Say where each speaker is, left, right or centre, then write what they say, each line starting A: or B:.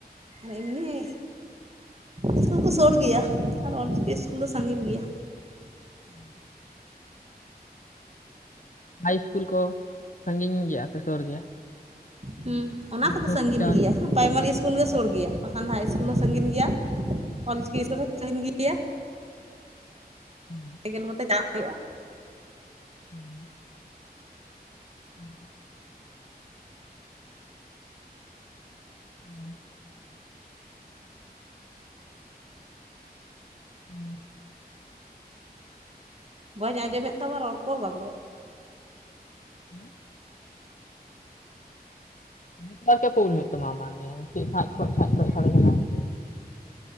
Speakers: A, on the right; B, on the left.
A: ᱟᱨ ᱮᱢᱱᱤ ᱤᱥᱠᱩᱞ ᱠᱚ ᱥᱩᱨ ᱜᱮᱭᱟ ᱟᱨ ᱚᱞ ᱪᱤᱠᱤ ᱤᱥᱠᱩᱞ ᱫᱚ ᱥᱟᱺᱜᱤᱧ ᱜᱮᱭᱟ ᱾
B: <unintelligible> ᱦᱟᱭ ᱤᱥᱠᱩᱞ ᱠᱚ ᱥᱟᱺᱜᱤᱧ ᱜᱮᱭᱟ ᱥᱮ ᱥᱩᱨ ᱜᱮᱭᱟ.?
A: ᱦᱩᱸ ᱚᱱᱟ
B: ᱡᱟᱦᱟᱱᱟᱜ
A: ᱠᱚᱫᱚ
B: ᱦᱚᱥᱯᱤᱴᱟᱞ
A: ᱥᱟᱺᱜᱤᱧ ᱜᱮᱭᱟ ᱯᱨᱟᱭᱢᱟᱨᱤ ᱤᱥᱠᱩᱞ ᱜᱮ ᱥᱩᱨ ᱜᱮᱭᱟ ᱵᱟᱠᱷᱟᱱ ᱫᱚ ᱦᱟᱭ ᱤᱥᱠᱩᱞ ᱫᱚ ᱥᱟᱺᱜᱤᱧ ᱜᱤᱭᱟ. ᱾ ᱚᱞ ᱪᱤᱠᱤ ᱤᱥᱠᱩᱞ ᱦᱚᱸ ᱥᱟᱺᱜᱤᱧ ᱾
B: ᱚᱸᱻ
A: ᱯᱮ ᱜᱮᱞ ᱠᱚᱛᱮ ᱪᱟᱥ ᱦᱩᱭᱩᱜᱼᱟ ᱾
B: ᱦᱩᱸᱻ ᱾ <inaudible> <inaudible> <inaudible> ᱦᱮᱸ
A: ᱵᱟᱹᱧ ᱟᱸᱡᱚᱢᱮᱫ ᱛᱟᱢᱟ ᱨᱚᱲ ᱠᱚ ᱵᱟᱸᱫᱚ?
B: ᱦᱮᱸ ᱱᱮᱴᱣᱟᱨᱠ ᱮ ᱯᱨᱳᱵᱽᱞᱮᱢ ᱮᱫ ᱛᱟᱢᱟ ᱟᱢᱟᱝ ᱜᱮ ᱪᱮᱫ ᱠᱷᱟᱸ- ᱠᱷᱚᱸᱭ ᱠᱷᱟᱸ- ᱠᱷᱚᱸᱭ ᱥᱟᱰᱮ ᱠᱟᱱᱟ ᱾